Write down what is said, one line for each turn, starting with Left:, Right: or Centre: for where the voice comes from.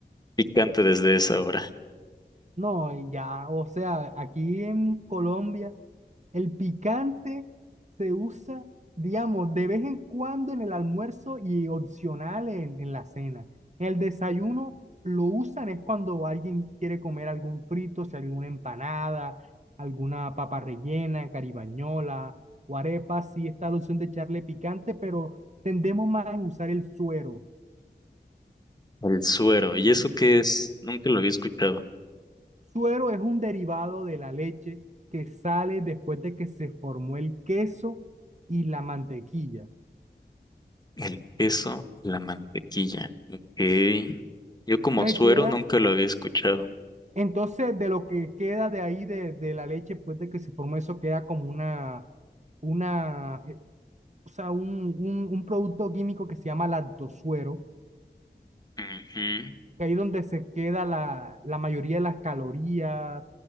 Left: picante desde esa hora.
Right: No, y ya, o sea, aquí en Colombia. El picante se usa, digamos, de vez en cuando en el almuerzo y opcional en, en la cena. En el desayuno lo usan es cuando alguien quiere comer algún frito, si alguna empanada, alguna papa rellena, caribañola o arepa. Sí está la opción de echarle picante, pero tendemos más a usar el suero.
Left: El suero, ¿y eso qué es? Nunca lo había escuchado.
Right: Suero es un derivado de la leche que sale después de que se formó el queso y la mantequilla.
Left: El queso, la mantequilla. Ok. Yo como
Right: Entonces
Left: suero
Right: queda
Left: nunca lo había escuchado.
Right: Entonces, de lo que queda de ahí, de, de la leche, después de que se formó eso, queda como una, una, eh, o sea, un, un, un producto químico que se llama lactosuero,
Left: Ujú.
Right: que ahí es donde se queda la, la mayoría de las calorías